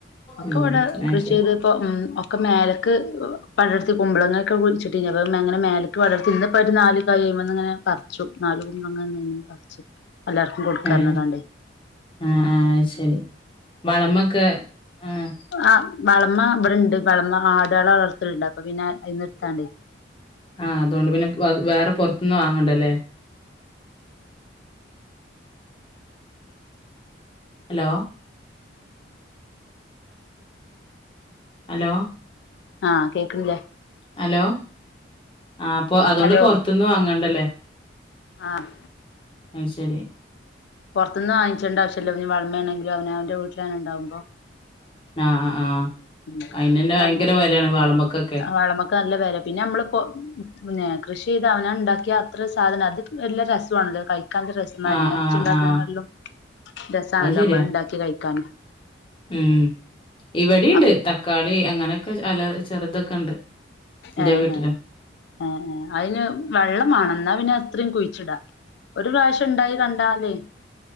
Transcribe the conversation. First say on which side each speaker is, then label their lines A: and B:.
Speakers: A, on the left; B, on the left.
A: ഒക്കെ
B: ഉം
A: ഇവിടെ കൃഷി
B: അത് ശരി
A: ചെയ്ത് പ്പൊ ഒക്ക മേലേക്ക് പടർത്തി കറുമ്പളങ്ങൊക്കെ കുഴിച്ചിട്ടെന്നും പ്ങ്ങനെ മേലക്ക് ക്ക് പടർത്തിന്ന് നാല് തൈമന്ന്ങ്ങനെ പറിച്ചു നാലു കുമ്പളങ്ങ പറിച്ച് എല്ലാവരും കൊടുക്കാ
B: ഏഹ്
A: റഞ്ഞ്ക്കാണ്ടെ
B: ആഹ് ആഹ് അയ്ശരി വളമൊക്കെ ഉം
A: അഹ് വളമ അവിടെണ്ട് വളമ ആടുകള വളർത്തലുണ്ട് അപ്പൊ പിന്നെ അയ്ന്നിട് ത്താണ്ട്
B: ആഹ് അതുകൊണ്ട് പിന്നെ വേറെ പുറത്ത്ന്ന് വാങ്ങണ്ട ലെ ഹലോ ഹലോ
A: ആഹ് കേൾക്കണില്ലേ
B: ഹലോ ആ അപ്പൊ അതുകൊണ്ട്
A: ഹലോ
B: പൊറത്ത്ന്ന് വാങ്ങണ്ടല്ലേ
A: ആഹ്
B: അയ്ശരി
A: പുറത്തനിന്ന് വാങ്ങിണ്ടവശല്ല വളമയാണെങ്കിൽ അവനവന്റെ വീട്ടിലന്നെ ഉണ്ടാവുമ്പോ
B: ആഹ് ആഹ് അഹ്
A: ഉം
B: അയിനൊന്ന ഭയങ്കര വിലയാണ് വാളമക്കൊക്കെ
A: വളമക്ക് നല്ല വില പിന്നെ നമ്മളിപ്പോ പിന്നെ കൃഷി ചെയ്ത് അവന ഉണ്ടാക്കിയ അത്ര സാധനം അത് നല്ല രസാണല്ലോ ക കക്ക രസം മരുന്ന്
B: ആഹ്
A: അടിച്ചുണ്ടാക്കണല്ലോ
B: ആഹ് ആഹ്
A: രസാണല്ലോ
B: അത് ശരിയാ
A: അമ്മൾ ഉണ്ടാക്കി കഴിക്കാൻ
B: ഉം ഇവിടിണ്ട്
A: അപ്
B: തക്കാളി അങ്ങനെക്കെ അല ചെറുതൊക്കെ ഉണ്ട് എന്റെ
A: ഏഹ്
B: വീട്ടിലും
A: ഏഹ് ഏഹ് ഏഹ് അയ്ന് വെള്ളമാണെന്നാ പിന്നെ അത്രയും കുഴിച്ചിടാ ഒരു പ്രാവശ്യം ഉണ്ടായി കണ്ടാലേ